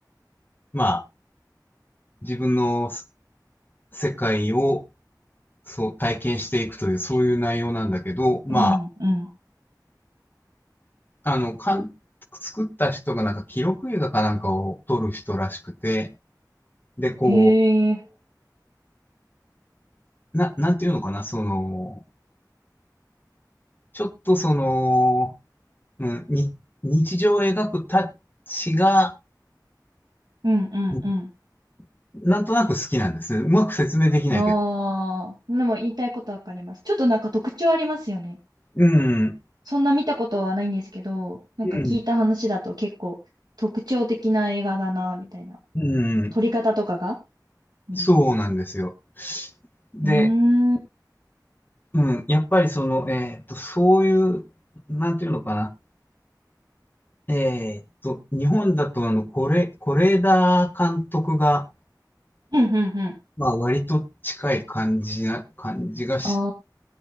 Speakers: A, on the left; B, on the right.
A: まあ、自分のす世界を、そう、体験していくという、そういう内容なんだけど、まあ、
B: うんうん。
A: あの、かん、作った人がなんか記録映画かなんかを撮る人らしくて、で、こ
B: へえ。
A: う、な、なんていうのかな、その、ちょっとその、うん、に、日常を描くタッチが、
B: うんうん
A: うんなんとなく好きなんですね。うまく説明できないけど。
B: うん。ああ。でも言いたいことわかります。ちょっとなんか特徴ありますよね。
A: うん、
B: そんな見たことはないんですけど、なんか聞いた話だと結構特徴的な映画だな、
A: うん、
B: みたいな。
A: うん、
B: 撮り方とかがうん。
A: そうなんですよ。で、
B: うーん。うん
A: うん、やっぱりその、えっと、そういう、なんていうのかな。えっと、日本だとあの、これ、是枝監督が、
B: うんうん。
A: まあ、割と近い感じな、感じがし
B: あ